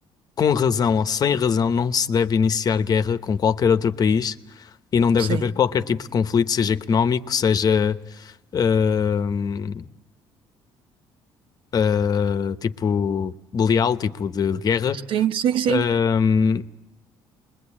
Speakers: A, on the left (about 40°); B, on the right (about 65°).
A: com razão ou sem razão, não se deve iniciar guerra com qualquer outro país e não deve
B: sim.
A: haver qualquer tipo de conflito, seja económico, seja ahm, ah, tipo belial, tipo de, de guerra.
B: Sim, sim, sim.
A: Ahm,